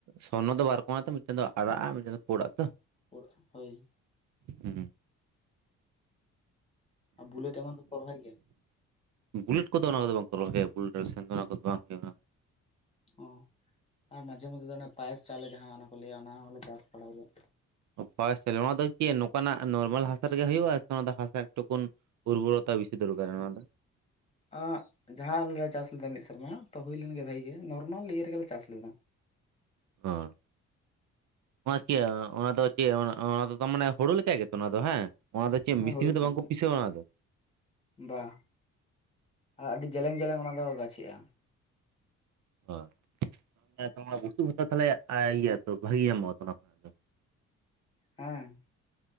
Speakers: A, on the right; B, on the left.
A: ᱥᱚᱨᱱᱚ ᱫᱚ ᱵᱟᱨ ᱨᱚᱠᱚᱢ ᱛᱚ ᱢᱤᱫᱴᱮᱱ ᱫᱚ ᱟᱲᱟᱜᱼᱟ ᱢᱤᱫᱴᱮᱱ ᱫᱚ ᱯᱩᱲᱟᱜ ᱛᱚ
B: ᱚᱲ ᱦᱳᱭ
A: ᱦᱮᱸ
B: ᱟᱨ ᱵᱩᱞᱮᱴ ᱮᱢᱟᱱ ᱠᱚᱠᱚ ᱨᱚᱦᱚᱭ ᱜᱮᱭᱟ?
A: ᱦᱩᱸ ᱵᱩᱞᱮᱴ ᱠᱚᱫᱚ ᱚᱱᱟ ᱠᱚᱫᱚ ᱵᱟᱝᱠᱚ ᱨᱚᱦᱚᱭᱟ ᱵᱩᱞᱮᱴ ᱥᱮᱱ ᱫᱚ ᱚᱱᱟ ᱠᱚᱫᱚ ᱵᱟᱝ ᱦᱩᱭᱩᱜ᱾
B: ᱚ ᱟᱨ ᱢᱟᱡᱷᱮ ᱢᱚᱫᱽᱫᱷᱮ ᱫᱚ ᱯᱟᱭᱮᱥ ᱪᱟᱣᱞᱮ ᱡᱟᱦᱟᱸ ᱚᱱᱟ ᱠᱚ ᱞᱟᱹᱭᱟ ᱚᱱᱟ ᱦᱚᱞᱮ ᱪᱟᱥ ᱵᱟᱲᱟᱭ ᱜᱮᱭᱟ᱾
A: <inaudible> ᱥᱮ ᱱᱚᱣᱟ ᱫᱚ ᱪᱮᱫ ᱱᱚᱝᱠᱟᱱᱟᱜ ᱱᱚᱨᱢᱟᱞ ᱦᱟᱥᱟ ᱨᱮᱜᱮ ᱦᱩᱭᱩᱜᱼᱟ ᱥᱮ ᱱᱚᱣᱟ ᱫᱚ ᱦᱟᱥᱟ ᱴᱩᱠᱩᱱ ᱩᱩᱨᱵᱚᱨᱚᱛᱟ ᱵᱮᱥᱤ ᱫᱚᱨᱠᱟᱨ ᱚᱱᱟ ᱫᱚ
B: ᱟᱸ‌ ᱡᱟᱦᱟᱸ ᱟᱞᱮ ᱞᱮ ᱪᱟᱥ ᱞᱮᱫᱟ ᱢᱤᱫ ᱥᱮᱨᱢᱟ ᱛᱚ ᱦᱩᱭ ᱞᱮᱱᱜᱮ ᱵᱷᱟᱜ ᱜᱮ ᱱᱚᱨᱢᱟᱞ ᱤᱭᱟᱹ ᱨᱮᱜᱮᱞᱮ ᱪᱟᱥ ᱞᱮᱫᱟ
A: ᱚ <unintelligible> ᱱᱚᱣᱟ ᱪ ᱚᱱᱟ ᱫᱚ ᱪᱮᱫ ᱚᱱᱟ ᱫᱚ ᱢᱟᱱᱮ ᱦᱩᱲᱩ ᱞᱮᱠ ᱜᱮᱛᱚ ᱚᱱᱟ ᱫᱚ ᱦᱮᱸ ᱚᱱᱟ ᱫᱚ ᱪᱮᱫ ᱢᱮᱥᱤᱱ
B: ᱦᱮᱸ ᱦᱩᱲ
A: ᱨᱮᱫᱚ
B: ᱞᱮᱠᱟᱜᱮ
A: ᱵᱟᱝᱠᱚ ᱯᱤᱥᱟᱹᱣᱟ ᱚᱱᱟ ᱫᱚ
B: ᱵᱟ ᱟ ᱟᱹᱰᱤ ᱡᱮᱞᱮᱧ ᱡᱮᱞᱮᱝ ᱚᱱᱟ ᱫᱚ ᱜᱟᱪᱷᱤᱼᱟ᱾
A: ᱦ ᱵᱩᱥᱩᱵ ᱦᱟᱛᱟ ᱛᱟᱦᱚᱞᱮ ᱤᱭᱟᱹ ᱛᱚ ᱵᱷᱟᱜᱤ ᱧᱟᱢᱚᱜᱼᱟ ᱛᱚ ᱚᱱᱟ ᱠᱷᱚᱱᱟᱜ ᱫᱚ
B: ᱦᱮᱸ